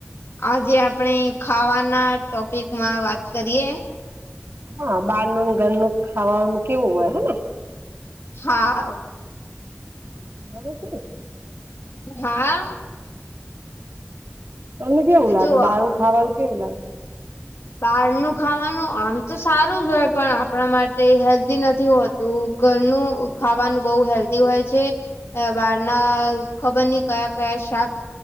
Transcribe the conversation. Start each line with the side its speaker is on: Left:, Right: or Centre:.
Left: આજે આપણેે ખાવાના ટોપિકમાં વાત કરીએ
Right: હ બારનું ને ઘરનું ખાવાનું કેવું હોય હ ને
Left: હા
Right: <unintelligible>
Left: હા
Right: તમને કેવું લાગે
Left: જો
Right: બાર નું ખાાવાનું કેવું લાગે?
Left: બહારનું ખાવાનું આમ તો સારું જ હોય, પણ આપણા માટે હેલ્ધી નથી હોત તો ઘરનું ખાવાનું બઉ હેલ્ધી હોય છે. બહાર ના ખબર ની કયા કયા શાક